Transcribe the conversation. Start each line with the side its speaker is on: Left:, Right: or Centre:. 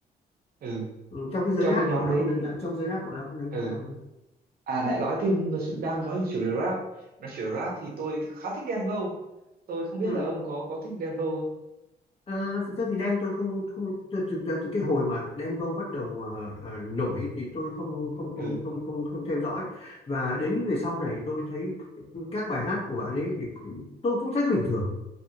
Right: ừ
Left: ừ, trong cái giới
Right: trong
Left: rap
Right: cái nhóm
Left: thì bọn nó
Right: đấy
Left: không đánh
Right: thì
Left: giá trong giới rap bọn nó không đánh giá
Right: ừ
Left: cao lắm
Right: À lại nói thêm nó sự- đang nói về chủ đề rap nói chủ đề rap thì tôi khá thích Đen Vâu tôi không biết
Left: ừ.
Right: là ông có có thích Đen Vâu không
Left: Ờ, thực ra thì Đen tôi không không từ, từ, từ, từ cái hồi mà Đen Vâu bắt đầu ờ, ờ, nổi thì tôi không không không
Right: ừ
Left: không không không theo dõi và đến về sau này tôi thấy các bài hát của bạn ấy thì cũng- tôi cũng thấy nó bình thường